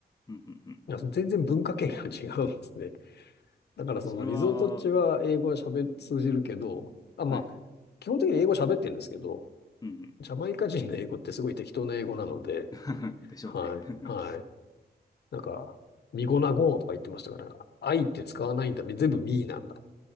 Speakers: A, on the left; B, on the left.
A: うんうんうん。
B: いや全然文化圏が違うんですね。だからそのリゾート地は英語は喋、
A: それは、
B: 通じるけど、あ、
A: はい。
B: まあ、基本的に英語喋ってるんですけど、
A: うんう
B: ジャマイカ人の英語ってすごい適当な英語なので、
A: ん。<laughs> でしょうね。
B: はい、
A: <laughs>
B: はい。なんか、ミゴナゴーとか言ってましたから、愛って使わないんだ。全部ミーなんだ。